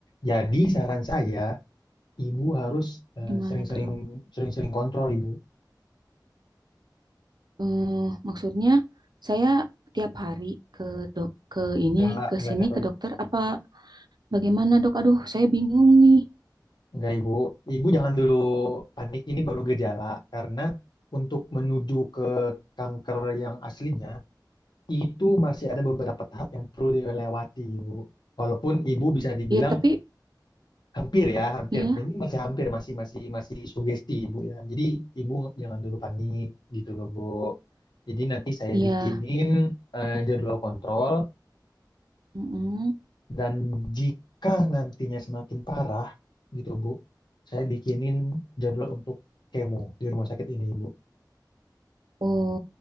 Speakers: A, on the left; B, on the right.
A: Jadi saran saya Ibu harus eh,
B: gimana
A: sering-sering
B: tuh dok?
A: sering-sering kontrol Ibu.
B: Eh, maksudnya saya tiap hari ke dok ke ini
A: Enggak
B: ke
A: enggak
B: sini
A: tiap hari
B: ke dokter apa bagaimana dok? Aduh, saya bingung nih.
A: Enggak, Ibu. Ibu jangan dulu panik, ini baru gejala. Karena untuk menuju ke kanker yang aslinya, itu masih ada beberapa tahap yang perlu dilewati, Ibu. Walaupun Ibu bisa dibilang
B: Iya, tapi
A: hampir ya, hampir.
B: Iya,
A: Ini masih hampir, masih masih masih sugesti, Ibu ya. Jadi Ibu jangan dulu panik gitu loh, Bu. Jadi nanti saya
B: iya.
A: bikinin eh, jadwal kontrol.
B: Mm-mm.
A: Dan jika nantinya semakin parah, gitu Bu, saya bikinin jadwal untuk kemo di rumah sakit ini Ibu.
B: Oh,